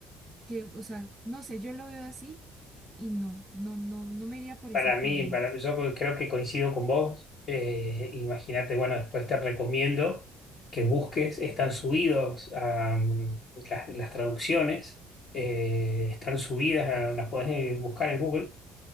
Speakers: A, on the right; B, on the left.
A: que, o sea, no sé, yo lo veo así y no, no, no, no me iría por
B: Para
A: esa corriente.
B: mí, para, yo co- creo que coincido con vos. Eh, imagínate, bueno, después te recomiendo que busques, están subidos a, mm, las, las traducciones, eh, están subidas, a- las podés eh, buscar en Google.